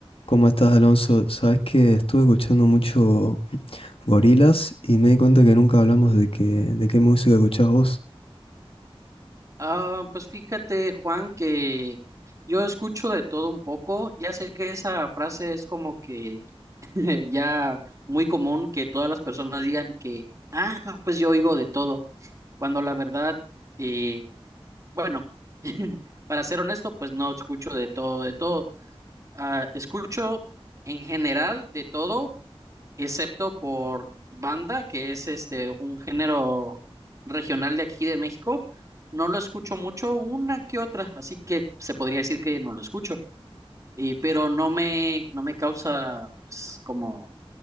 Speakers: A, on the left (about 65°); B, on the right (about 35°).
A: ¿Cómo estás, Alonso? Sabes que estuve escuchando mucho Gorilas y me di cuenta que nunca hablamos de que, de qué música escuchás vos.
B: Ah, pues fíjate, Juan, que yo escucho de todo un poco. Ya sé que esa frase es como que <laughs> ya muy común que todas las personas digan que, ah, no, pues yo oigo de todo, cuando la verdad, eh, bueno, <laughs> para ser honesto, pues no escucho de todo, de todo. Ah, escucho en general de todo, excepto por banda, que es este un género regional de aquí de México. No lo escucho mucho, una que otra, así que se podría decir que no lo escucho, y, pero no me, no me causa pues como